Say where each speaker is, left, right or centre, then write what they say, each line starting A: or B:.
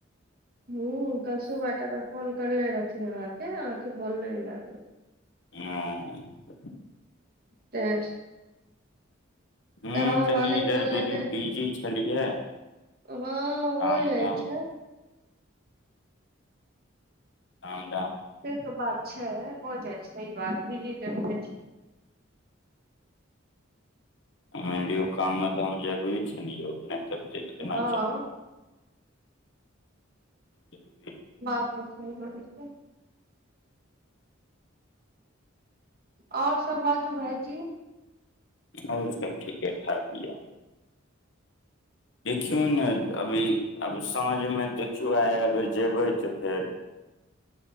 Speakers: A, on the right; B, on the left.
A: हां कल सुबह टामे फोन करने रहथिन अहाँके अहाँके फौन नहि लगलै
B: ह <inaudible>
A: तऽ
B: ह
A: तऽ हमर
B: तनी
A: मालिक
B: रर
A: बोललकै
B: दू <inaudible> दिन बीजी छलियै
A: हँ हो
B: काम
A: जाइ
B: धाम
A: छै
B: हँ
A: से त बात छै हो जाइ सही बात ज छै
B: ह यो कामे काममे त हम जरूरी छै ने य नहि तऽ पेट केना
A: हँ अ
B: ह
A: बात तऽ सही बड़ स आओर सब बाजु भाइ जी
B: आओर सब ठीके ठाक छै देखियौ ने अभी अब साँझमे देखियौ आइ अगर जेबै तऽ फेर